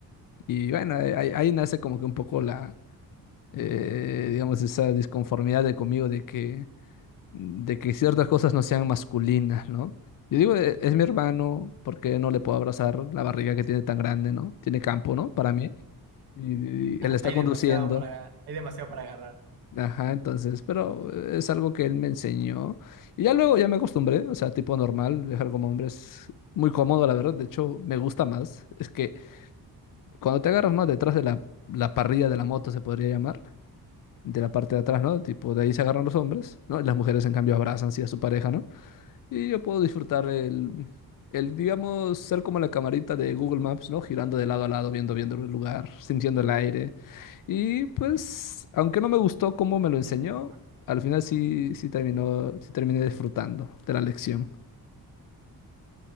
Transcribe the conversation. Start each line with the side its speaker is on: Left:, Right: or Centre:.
Left: Y bueno, eh, ahí, ahí nace como que un poco la, eh, digamos, esa disconformidad de conmigo de que, de que ciertas cosas no sean masculinas, ¿no? Yo digo, "E- es mi hermano, ¿por qué no le puedo abrazar la barriga que tiene tan grande, ¿no? Tiene campo, ¿no? Para mí. Y, y él está
Right: Hay
Left: conduciendo.
Right: demasiado para, hay demasiado para agarrar.
Left: Ajá, entonces, pero eh, es algo que él me enseñó. Y ya luego ya me acostumbré, o sea, tipo normal, viajar como hombre es muy cómodo, la verdad. De hecho, me gusta más. Es que cuando te agarras más detrás de la, la parrilla de la moto, se podría llamar, de la parte de atrás, ¿no? Tipo, de ahí se agarran los hombres, ¿no? Y las mujeres, en cambio, abrazan, sí, a su pareja, ¿no? Y yo puedo disfrutar el, el, digamos, ser como la camarita de Google Maps, ¿no? Girando de lado a lado, viendo, viendo el lugar, sintiendo el aire. Y pues, aunque no me gustó cómo me lo enseñó,
Right: <laughs>
Left: al final sí, sí terminó, sí terminé disfrutando de la lección.